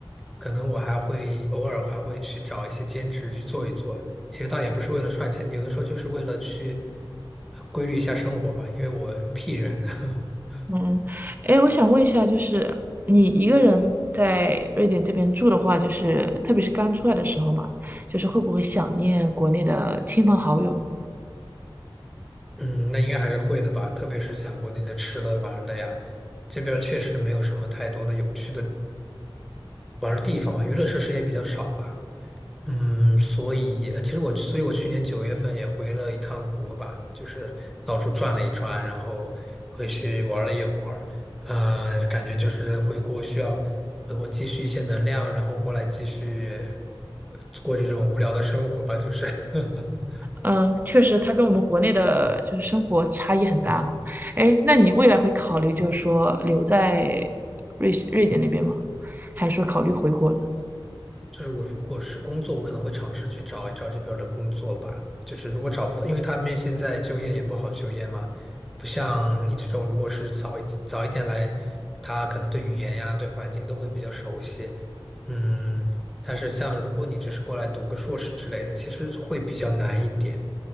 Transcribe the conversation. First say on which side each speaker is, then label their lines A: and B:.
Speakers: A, in the centre; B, on the right (about 20°).
A: 可能我还会偶尔还会去找一些兼职去做一做。其实倒也不是为了赚钱，有的时候就是为了去呃规律一下生活吧，因为我 P 人。<laughs>
B: 嗯，哎，我想问一下，就是你一个人在瑞典这边住的话，就是特别是刚出来的时候嘛，就是会不会想念国内的亲朋好友呢？
A: 嗯，那应该还是会的吧，特别是像国内的吃的玩儿的呀，这边儿确实没有什么太多的有趣的玩儿的地方吧，娱乐设施也比较少吧。嗯，所以其实我，所以我去年九月份也回了一趟国吧，就是到处转了一转，然后回去玩了一会儿，呃，感觉就是回国需要回国积蓄一些能量，然后过来继续呃过这种无聊的生活吧，就是。<laughs>
B: 嗯，确实，它跟我们国内的就是生活差异很大哈。哎，那你未来会考虑就是说留在瑞士瑞典那边吗？还是说考虑回国呢？
A: 就是我如果是工作，我可能会尝试去找一找这边儿的工作吧。就是如果找不到，因为他们现在就业也不好就业嘛，不像你这种，如果是早一早一点来，他可能对语言呀、对环境都会比较熟悉。嗯，但是像如果你只是过来读个硕士之类的，其实会比较难一点。